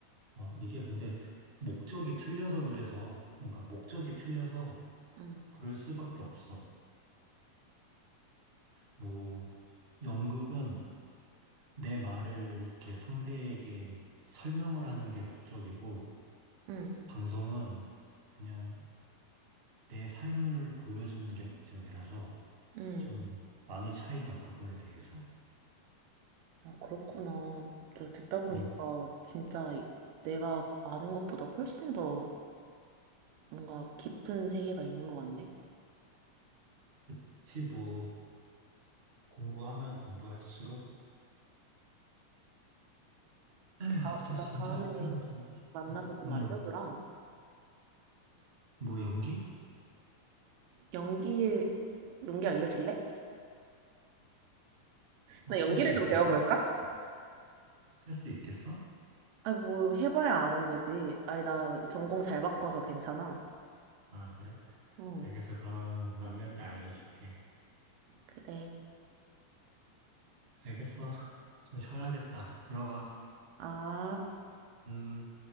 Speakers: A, on the right; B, on the right.
A: 어, 이게 근데 목적이 틀려서 그래서, 뭔가 목적이 틀려서
B: 응,
A: 그럴 수밖에 없어. 뭐, 연극은 내 말을 이렇게 상대에게 설명을 하는 게 목적이고,
B: 응,
A: 방송은 그냥 내 삶을 보여주는 게 목적이라서
B: 응.
A: 좀 많이 차이나 그거에 대해서.
B: 아, 그렇구나. 저 듣다 보니까
A: 음,
B: 진짜 내가 아는 것보다 훨씬 더 뭔가 깊은 세계가 있는 것 같네.
A: 그치, 뭐, 공부하면 공부할수록, 에휴,
B: 아,
A: 나
B: 나
A: 진짜
B: 다음에
A: 학교로 돌아가고 싶다.
B: 만나서 좀
A: 음,
B: 알려주라.
A: 뭐, 연기?
B: 연기에, 연기 알려줄래? 나 연기를
A: 할 수 있겠어?
B: 좀 배워볼까?
A: <laughs> 할 수 있겠어?
B: 아니, 뭐 해봐야 아는 거지. 아니, 나 전공 잘 바꿔서 괜찮아.
A: 아, 그래?
B: 응,
A: 알겠어. 그럼 만날 때 알려줄게.
B: 그래.
A: 알겠어. 좀 쉬어야겠다. 들어가.
B: 아.
A: 음.